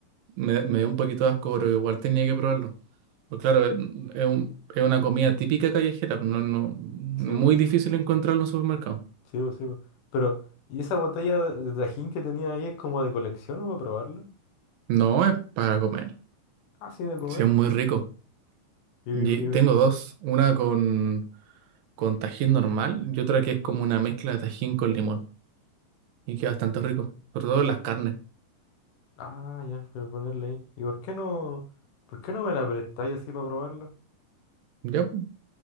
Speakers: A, on the right; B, on the left.
A: me, me dio un poquito de asco, pero igual tenía que probarlo. Pues claro, es es un- es una comida típica callejera, pues no, no, muy
B: Sí, bu,
A: difícil encontrarlo en un supermercado.
B: sí, bu, sí. bu. Pero, ¿y esa botella de de Tajín que tenía ahí es como de colección o para probarla?
A: No es para comer,
B: Así de comer.
A: sí, es muy rico.
B: Y, y-
A: Y tengo dos, una con, con tajín normal y otra que es como una mezcla de tajín con limón. Y queda bastante rico, sobre todo en las carnes.
B: ah, ya, voy a ponerle ahí. ¿Y por qué no, por qué no me la prestáis así para probarla?
A: ¿Ya? pues.